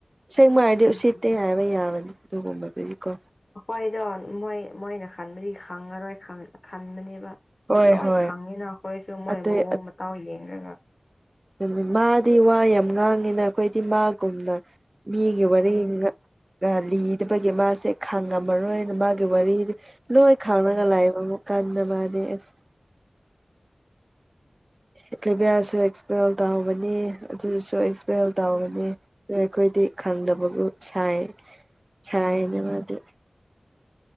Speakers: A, on the right; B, on the left.
A: ꯁꯦꯡꯕ ꯍꯥꯏꯔꯗꯤ
B: ꯎꯝ
A: ꯎꯁꯤꯠꯇꯦ ꯍꯥꯏꯕ ꯌꯥꯕꯅꯤ ꯑꯗꯨꯒꯨꯝꯕꯗꯒꯤ ꯀꯣ
B: ꯑꯈꯣꯏꯗꯣ ꯃꯣꯏ ꯃꯣꯏꯅ ꯈꯟꯕꯗꯤ ꯈꯪꯉꯔꯣꯏ ꯈꯟꯕꯅꯦꯕ
A: ꯍꯣꯏ
B: ꯂꯣꯏ
A: ꯍꯣꯏ
B: ꯈꯪꯉꯤꯅ ꯑꯩꯈꯣꯏꯁꯨ ꯃꯣꯏ
A: ꯑꯗꯨꯏ
B: ꯃꯑꯣꯡ ꯃꯇꯥꯎ ꯌꯦꯡꯂꯡꯒ
A: ꯗꯨꯅꯦ ꯃꯥꯗꯤ ꯋꯥ ꯌꯥꯝ ꯉꯥꯡꯉꯤꯅ ꯑꯈꯣꯏꯗꯤ ꯃꯥꯒꯨꯝꯅ ꯃꯤꯒꯤ
B: ꯑꯗꯨꯅꯦ
A: ꯋꯥꯔꯤꯅꯤꯅ ꯒꯂꯤꯗꯕꯒꯤ ꯃꯥꯁꯦ ꯈꯥꯡꯉꯝꯃꯔꯣꯏꯅ ꯃꯥꯒꯤ ꯋꯥꯔꯤꯗꯤ ꯂꯣꯏ ꯈꯥꯡꯔꯒ
B: ꯎꯝ
A: ꯂꯩꯕꯕꯨ ꯀꯥꯟꯅꯕꯗꯤ ꯑꯁ ꯑꯦꯀ꯭ꯂꯥꯚꯤꯌꯥꯁꯨ ꯑꯦꯛꯁꯄꯦꯜ ꯇꯧꯕꯅꯤ ꯑꯗꯨꯁꯨ ꯑꯦꯛꯁꯄꯦꯜ ꯇꯥꯕꯅꯤ
B: ꯎꯝ
A: ꯑꯩꯈꯣꯏꯗꯤ ꯈꯪꯗꯕꯕꯨ ꯁꯥꯏ ꯁꯥꯏꯅꯦ
B: ꯎꯝ
A: ꯃꯥꯗꯤ